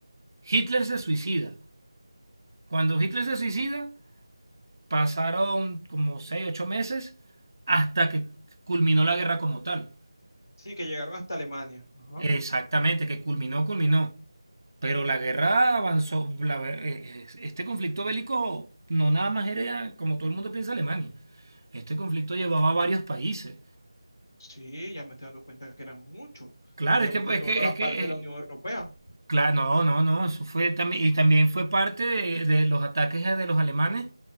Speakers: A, on the right (about 40°); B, on the left (about 15°).
A: Hitler se suicida. Cuando Hitler se suicida, pasaron como 6 8 meses hasta que culminó la guerra como tal.
B: Sí, que llegaron hasta Alemania. Ajá.
A: Exactamente, que culminó, culminó. Pero la guerra avanzó, la ve- eh, eh, este conflicto bélico no nada más era como todo el mundo piensa Alemania. Este conflicto llevaba a varios países.
B: Sí, ya me estoy dando cuenta que eran muchos.
A: Claro,
B: Prácticamente
A: es que, es
B: toda
A: que,
B: la
A: es que,
B: parte
A: eh,
B: de la Unión Europea.
A: claro, no, no, no, eso fue también, y también fue parte de, de los ataques de los alemanes,